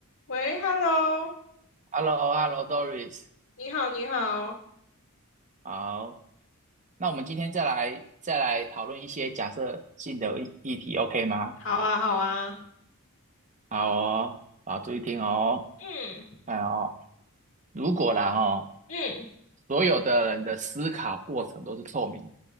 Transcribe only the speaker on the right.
h e l l o h e l l o d o r i s
好，那我们今天再来再来讨论一些假设性的议议题，OK 吗？
好哦，好，注意听哦，
哎哦，如果啦哦，
所有的人的思考过程都是透明的